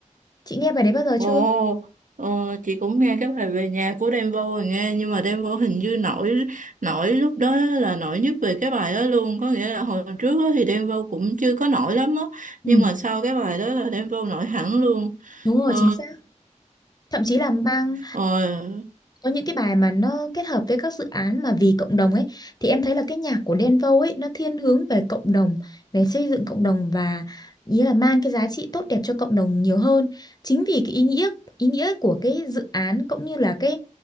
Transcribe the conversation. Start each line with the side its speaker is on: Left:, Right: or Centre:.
Left: chị nghe bài đấy bao giờ
Right: Ồ,
Left: chưa
Right: ồ, chị cũng nghe cái bài về nhà của Đen Vâu rồi nghe nhưng mà Đen Vâu hình như nổi nổi lúc đó là nổi nhất về cái bài đó luôn có nghĩa là hồi trước á thì Đen Vâu cũng chưa có nổi lắm á
Left: Ừ,
Right: nhưng mà sau cái bài đó là Đen Vâu nổi hẳn luôn
Left: đúng rồi,
Right: ờ,
Left: chính xác. thậm chí là mang
Right: ờ,
Left: có những cái bài mà nó kết hợp với các dự án mà vì cộng đồng ấy thì em thấy là cái nhạc của Đen Vâu ấy nó thiên hướng về cộng đồng về xây dựng cộng đồng và ý là mang cái giá trị tốt đẹp cho cộng đồng nhiều hơn chính vì cái ý nghĩa ý nghĩa của cái dự án cũng như là cái